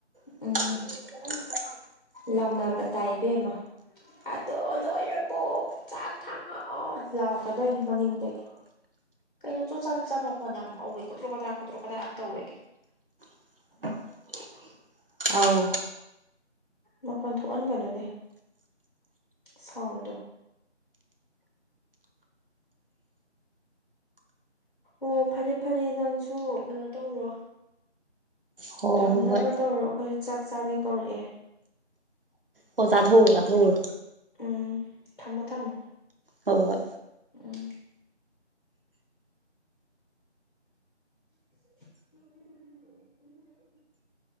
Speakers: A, on the right; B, on the left.
A: ꯎ
B: ꯎꯝ
A: ꯀ <inaudible>
B: ꯂꯥꯎꯅꯕ ꯇꯥꯏ ꯏꯕꯦꯝꯃ ꯑꯗꯣ ꯂꯣꯏꯔꯕꯣ ꯆꯥꯛ ꯊꯥꯡꯉꯛꯑꯣ ꯂꯥꯎꯔꯛꯀꯗꯣꯏꯅꯤ ꯃꯅꯤꯡꯗꯒꯤ ꯀꯩꯅꯣ ꯆꯣꯠ ꯆꯥ ꯆꯣꯠ ꯆꯥ ꯃꯈꯣꯟ ꯌꯥꯝ ꯍꯧꯋꯦ ꯀꯣꯗ꯭ꯔꯣꯛ ꯀꯗ꯭ꯔꯥꯛ ꯌꯥꯝ ꯇꯧꯋꯦ
A: <inaudible> ꯑꯧ
B: ꯃꯈꯣꯟ ꯊꯣꯛꯍꯟꯒꯅꯨꯅꯦ ꯁꯥꯎꯟꯗꯣ ꯑꯣ ꯐꯔꯦ ꯐꯔꯦ ꯅꯪꯁꯨ ꯀꯩꯅꯣ ꯇꯧꯔꯣ
A: ꯍꯣ
B: ꯊꯝꯅꯕ
A: ꯍꯣ ꯍꯣꯏ
B: ꯇꯧꯔꯣ ꯑꯩꯈꯣꯏꯁꯨ ꯆꯥꯛ ꯆꯥꯕꯩ ꯀꯧꯔꯛꯑꯦ
A: ꯑꯣ ꯆꯥꯊꯣꯛꯎꯔꯣ ꯆꯥꯊꯣꯛꯎꯔꯣ
B: ꯎꯝ ꯊꯝꯃꯣ ꯊꯝꯃꯣ
A: ꯍꯣꯏ ꯍꯣꯏ
B: ꯎꯝ <inaudible>